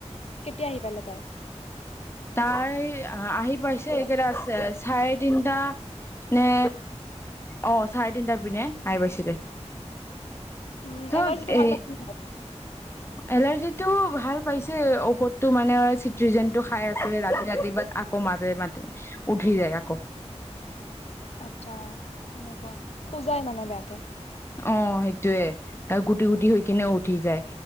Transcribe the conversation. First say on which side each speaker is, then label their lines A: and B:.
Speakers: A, on the left; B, on the left.
A: কেতিয়া পালে তাই
B: তাই আহি পাইছে এইকেইটা চাৰে তিনিটা নে অহ অ চাৰে তিনিটাবিনে আইি পাইছিল দে।
A: উম
B: <unintelligible>
A: এলাৰ্জিটো
B: এ
A: ভাল পাইছে
B: এলাৰজি তেও ভাল পাইছে ঔষধ তঅ মানে চিটিযেনটো খাই আছিলে ৰাতি ৰাতি আকৌ মাজে মাজ উঠি যায় আকৌ।
A: আচ্ছা সেনেকুৱা খোজাই মানে বেয়াকে?
B: অ সেইটোৱে আৰু গুটি গুটি হৈ কিনে উঠি যায়